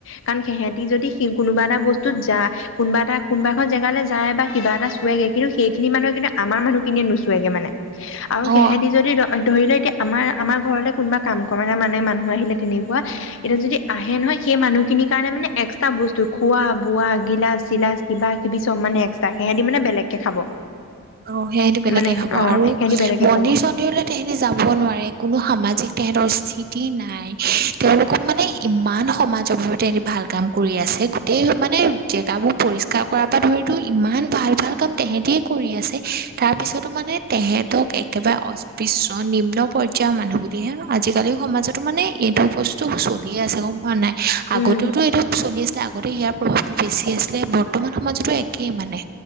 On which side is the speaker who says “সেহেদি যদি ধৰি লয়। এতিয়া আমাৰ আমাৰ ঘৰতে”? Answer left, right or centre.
Left